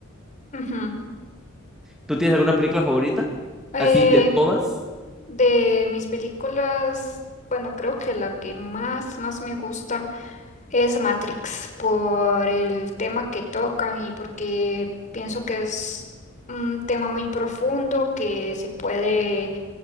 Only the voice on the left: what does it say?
Ujú.
Eh,
de mis películas, bueno, creo que la que más, más me gusta es Matrix, por el tema que tocan y porque pienso que es un tema muy profundo que se puede